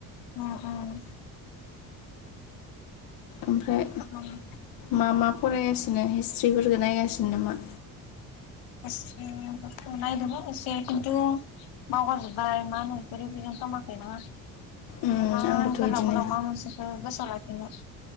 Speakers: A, on the left; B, on the left.
A: उम उम
B: ओमफ्राय
A: उम उम
B: मा मा फरायगासिनो हिस्ट्रि फोरखौ नायगासिनो नामा?
A: एसेखौथ' नायदोंमोन एसे खिन्थु बावगारजोबबाय माहोनो रिभिनिउ खालामाखै ना
B: उम
A: इमान
B: आंबोथ'
A: गोलाव
B: इदिनो
A: गोलाव मा मोनसेखौ गोसोआव लाखिनो।